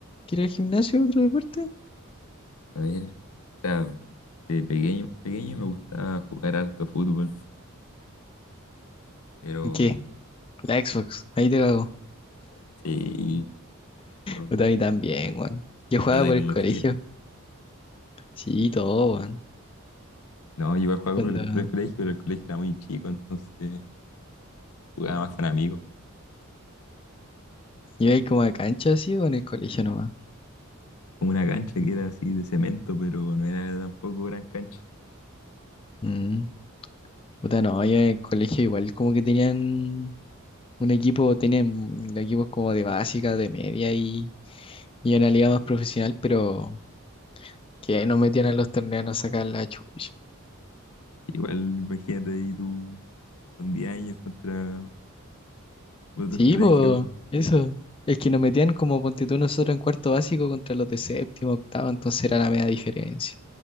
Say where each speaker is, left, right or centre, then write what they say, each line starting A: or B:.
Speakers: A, on the left; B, on the left.
A: que ir al gimnasio o otro deporte?
B: A ver, o sea, de pequeño, más pequeño me gustaba jugar harto fútbol, pero
A: ¿Qué?
B: mm,
A: La Xbox, ahí te cago.
B: sí, con
A: Puta, a mí también, weón. Yo jugaba
B: la tecnología.
A: por el colegio, sí, todo, weón.
B: No, yo iba a jugar
A: Cuando
B: por el, por el colegio, pero el colegio era muy chico, entonces jugaba más con amigos.
A: iba ahí como a cancha, sí, o en el colegio nomás.
B: una cancha que era así de cemento, pero no era tampoco gran cancha.
A: Mm. Puta, no, yo en el colegio igual como que tenían un equipo, tienen equipos como de básica, de media y, y una liga más profesional, pero que no metían a los torneos a sacar la chucha.
B: Igual, imagínate ahí tú con 10 años contra otros
A: Sí,
B: colegios
A: pues, eso. Es que nos metían como ponte tú nosotros en cuarto básico contra los de séptimo, octavo, entonces era la media diferencia.